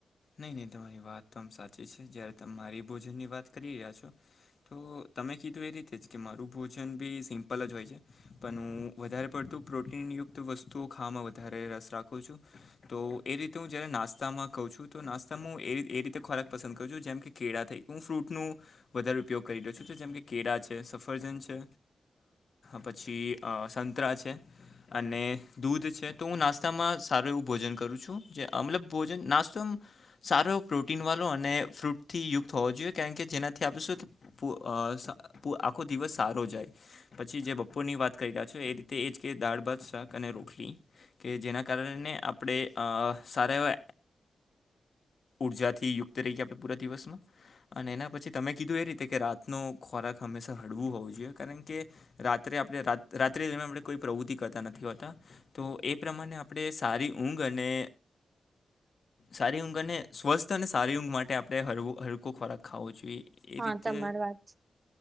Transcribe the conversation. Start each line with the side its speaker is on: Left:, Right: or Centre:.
Left: નહીં નહીં તમારી વાત તો આમ સાચી છે જયારે તમે મારી ભોજનની વાત કરી રહ્યા છો તો તમે કીધું એ રીતે જ કે મારું ભોજન બી સિમ્પલ જ હોય છે પણ હું વધારે પડતું પ્રોટીન યુક્ત વસ્તુઓ ખાવામાં વધારે રસ રાખું છું તો એ રીતે હું જયારે નાસ્તામાં કહ છું તો નાસ્તા હું એ એ રીતે ખોરાક પસંદ કરું છું જેમ કે કેળા થઈ હું ફ્રૂટનું વધારે ઉપયોગ કરી રહ્યો છું તો જેમ કે કેળા છે સફરજન છે પછી સંતરા છે અને દૂધ છે તો હું નાસ્તામાં સારું એવું ભોજન કરું છું જે મતલબ ભોજન નાસ્તો સારો એવો પ્રોટીન વાળો અને ફ્રૂટથી યુક્ત હોવો જોઈએ કારણ કે જેનાથી આપણે શું આખો દિવસ સારો જાય પછી જે બપોર ની વાત કરી રહ્યા છો એ રીતે એ જ કે દાળ ભાત શાક અને રોખડી કે જેના કારણને આપણે સારા ઉર્જાથી યુક્ત રહીએ આપણે પૂરા દિવસમાં અને એના પછી તમે કીધું એ રીતે કે રાતનો ખોરાક હંમેશા હળવું હોવું જોઈએ કારણ કે રાત્રે આપણે રાત્રે આપણે કોઈ પ્રવૃતિ કરતા નથી હોતા તો એ પ્રમાણે આપણે સારી ઊંઘ અને સારી ઊંઘ અને સ્વસ્થ અને સારી ઊંઘ માટે આપણે હલ્કો ખોરાક ખાવો જોઈએ. એ
Right: હા
Left: રીતે
Right: તમારી વાત